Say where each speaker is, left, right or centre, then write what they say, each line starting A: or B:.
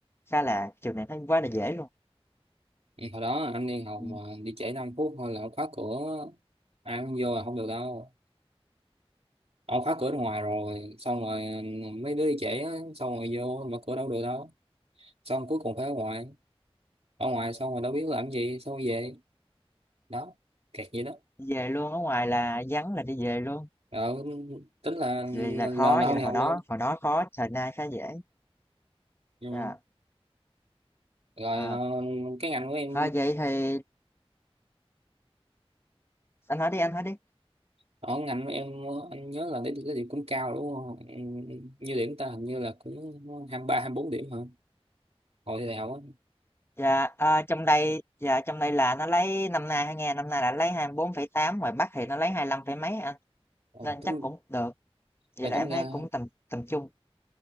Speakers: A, on the left (about 25°); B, on the right (about 75°).
A: khá là trường này thấy quá là dễ luôn.
B: Thì hồi đó anh đi học
A: Ừ.
B: mà đi trễ 5 phút thôi là ông khóa cửa ai cũng vô là không được đâu ông khóa cửa ở ngoài rồi xong rồi ừ, mấy đứa đi trễ á, xong rồi vô mở cửa đâu được đâu xong cuối cùng phải ở ngoài ở ngoài xong rồi đâu biết làm gì xong rồi về đó kẹt vậy đó
A: về luôn ở ngoài là vắng là đi về luôn
B: ờ, tính là,
A: vậy là
B: ừ,
A: khó
B: là là
A: vậy
B: không
A: là
B: đi
A: hồi
B: học
A: đó
B: luôn
A: hồi đó khó thời nay khá dễ
B: ừ.
A: dạ
B: rồi
A: ờ.
B: ờ, cái ngành của em
A: Ờ, vậy thì anh hỏi đi anh hỏi đi
B: ở ngành của em ờ, anh nhớ là điểm cái điểm cũng cao đúng không Ừ, ừ, ừ, như điểm ta hình như là cũng hai ba hai bốn điểm hả hồi đại học á
A: dạ ờ, trong đây dạ trong đây là nó lấy năm nay hay nghe năm nay là lấy hai mươi bốn phẩy tám ngoài Bắc thì nó lấy 25 phẩy mấy anh
B: Ờ,
A: nên
B: tính
A: chắc cũng được vậy
B: Rồi
A: là
B: tính
A: em
B: ra
A: thấy cũng tầm tầm trung